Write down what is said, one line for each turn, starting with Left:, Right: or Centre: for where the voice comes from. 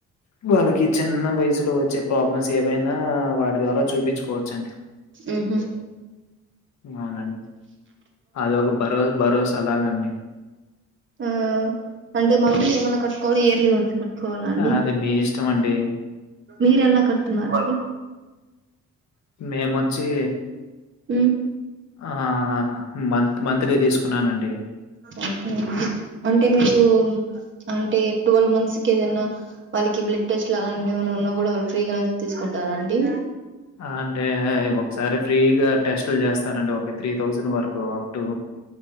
Left: వాళ్ళకి చిన్న వయసులో వచ్చే ప్రాబ్లమ్స్ ఏవైనా వాటి ద్వారా చూపించుకోవచ్చండి
Right: ఉహు
Left: అవునండి అదో ఒక భరో భరోసా లాగండి
Right: ఆ అంటే మంతలీ ఏమన్నా కట్టుకోవాల్ల ఇయర్లి ఉ కోవాలండి
Left: అది మీ ఇష్టం అండి.
Right: మీరు ఎలా కడుతున్నారు అండి
Left: మేమోచ్చి
Right: మ్మ్
Left: ఆ మంత్ మంత్లీ తీసుకున్నానండి
Right: ఓకెనా అంటే మీరు అంటే ట్వల్వ్ మంత్స్ కి ఏదన్నా వాళ్ళకి బ్లడ్ టెస్ట్ లాగా ఏమన్నా ఉన్నా కూడా వాళ్ళు ఫ్రీగా తీసుకుంటారా అండి
Left: ఆ అంటే ఒకసారి ఫ్రీగా టెస్ట్లు చేస్తారండి ఒక త్రీ థౌజండ్ వరకు అప్ టు